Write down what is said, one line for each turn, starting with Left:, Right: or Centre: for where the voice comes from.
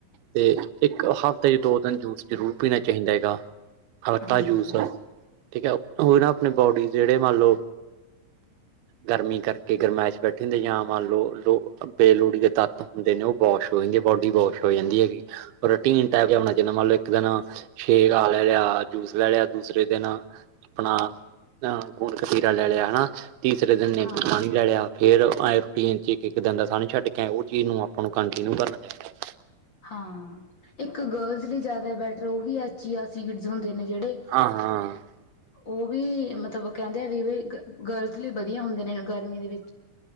Right: ਤੇ ਇੱਕ ਹਫ਼ਤੇ ਚ ਦੋ ਦਿਨ ਜੂਸ ਜ਼ਰੂਰ ਪੀਣਾ ਚਾਹੀਦਾ ਹੈਗਾ ਹਲਕਾ
Left: ਹੂੰ,
Right: ਜੂਸ। ਠੀਕ ਹੈ, ਉਹ ਨਾ ਆਪਣੇ ਬੋਡੀ ਜਿਹੜੇ ਮੰਨ ਲੋ ਗਰਮੀ ਕਰ ਗਰਮੈਸ਼ ਬੈਠੀ ਹੁੰਦੇ ਯਾ ਮੰਨ ਲਓ ਲੋ ਬੇਲੋੜੀ ਦੇ ਤੱਤ ਹੁੰਦੇ ਨੇ ਉਹ ਵਾਸ਼ ਹੋਏੰਗੇ ਬੋਡੀ ਵਾਸ਼ ਹੋ ਜਾਂਦੀ ਹੈਗੀ। ਰੋਟੀਨ ਟਾਈਪ ਹੋਣਾ ਚਾਹੀਦਾ ਮੰਨ ਲਓ ਇੱਕ ਦਿਨ ਸ਼ੇਕ ਆ ਲੈ ਲਿਆ ਯਾ ਜੂਸ ਲੈ ਲਿਆ ਦੂਸਰੇ ਦਿਨ ਆਪਣਾ ਅਹ ਗੋਂਦ ਕਤੀਰਾ ਲੈ ਲਿਆ ਹੈਨਾ ਤੀਸਰੇ ਦਿਨ ਨਿੰਬੂ
Left: ਹਾਂ।
Right: ਲੈ ਲਿਆ ਫੇਰ ਆਏ ਰੂਟੀਨ ਚ ਇੱਕ-ਇੱਕ ਦਿਨ ਦਾ ਅਸਾਂ ਨੂ ਛੱਡ ਕੇ ਆ ਉਹ ਚੀਜ਼ ਨੂੰ ਆਪਾਂ ਨੂੰ ਕੰਟੀਨਿਊ ਕਰਨਾ ਚਾਹੀਦਾ।
Left: ਹਾਂ ਇੱਕ ਗਰਲਜ਼ ਲਈ ਜਾਦਾ ਬੈਟਰ ਉਹ ਵੀ ਆ ਚੀਆ ਸੀਡਸ ਹੁੰਦੇ ਨੇ ਜਿਹੜੇ
Right: ਹਾਂ ਹਾਂ
Left: ਉਹ ਵੀ ਮਤਲਬ ਕਹਿੰਦੇ ਆ ਵੀ, ਵੀ ਗਰਲਸ ਲਈ ਵਧੀਆ ਹੁੰਦੇ ਨੇ ਗਰਮੀ ਦੇ ਵਿ